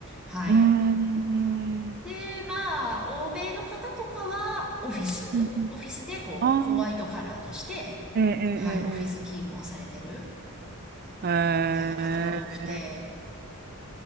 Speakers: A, in the centre; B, on the right.
A: はい。
B: うん、うん、うん。
A: で、まあ、欧米の方とかは、オフィス、
B: うん
A: オフィスでこう、
B: あ
A: ホワイトカラーとして、
B: あ、ええええ
A: はい、オフィス勤務をされてる。
B: ええ。
A: みたいな方が多くて、
B: へえ